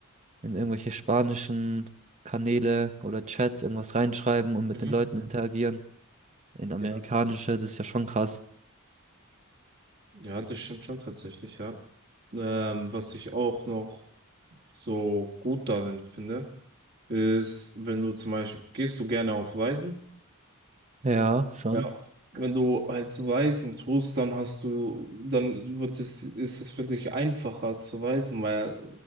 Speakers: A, on the right (about 30°); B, on the right (about 45°).
A: in irgendwelche spanischen Kanäle oder Chats irgendwas reinschreiben und mit
B: Mhm.
A: den Leuten interagieren. In amerikanische,
B: ja,
A: das ist ja schon krass.
B: ja, das stimmt schon tatsächlich, ja. Ähm, was ich auch noch so gut darin finde, ist, wenn du zum Beispiel, gehst du gerne auf Reisen?
A: Ja, schon.
B: Ja, wenn du halt Weisen tust, dann hast du, dann wird es, ist es für dich einfacher zu weisen, weil